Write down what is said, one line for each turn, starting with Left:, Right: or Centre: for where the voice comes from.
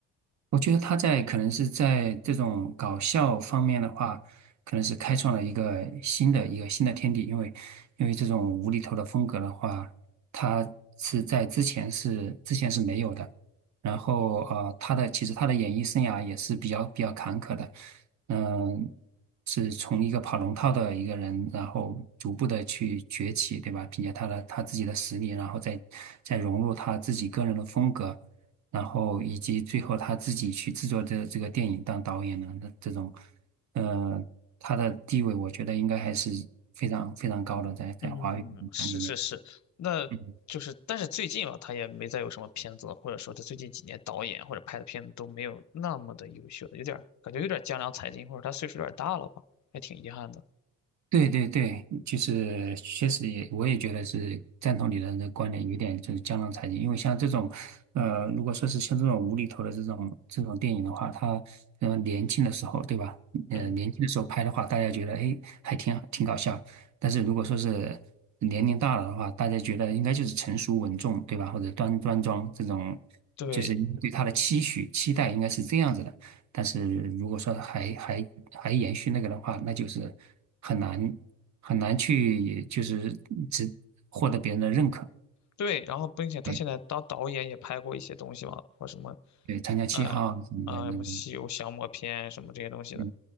Right: 我觉得他在可能是在这种搞笑方面的话，可能是开创了一个新的一个新的天地，因为因为这种无厘头的风格的话，他是在之前是之前是没有的。然后呃，他的其实他的演艺生涯也是比较比较坎坷的，嗯、是从一个跑龙套的一个人，然后逐步的去崛起，对吧？凭借他的他自己的实力，然后再再融入他自己个人的风格。然后以及最后他自己去制作这这个电影当导演的那这种，呃，他的地位我觉得应该还是非常非常高的，在在华语影坛里面。
Left: 嗯，是是是，那就是，
Right: 嗯
Left: 但是最近吧，他也没再有什么片子了或者说他最近几年导演或者拍的片子都没有那么的优秀了有点儿感觉有点儿江郎才尽，或者他岁数有点儿大了吧，还挺遗憾的。
Right: 对对对，就是确实也，我也觉得是赞同你的这个观点，有点就是江郎才尽。因为像这种，呃，如果说是像这种无厘头的这种这种电影的话，他呃年轻的时候，对吧？呃，
Left: 嗯，
Right: 年轻的时候拍的话，大家觉得哎还挺挺搞笑。但是如果说是年龄大了的话，大家觉得应该就是成熟稳重，对吧？或者端端庄这种，
Left: 对，
Right: 就是对他的期许期待应该是这样子的。但是如果说还还还延续那个的话，那就是很难很难去就是只获得别人的认可。
Left: 对，然后并且他现在当导演也拍过一些东西嘛，
Right: 对
Left: 或什么，
Right: 对，参加七号啊什么的，
Left: 呃，啊、
Right: 那个
Left: 什么《西游降魔篇》什么这些东西的，
Right: 嗯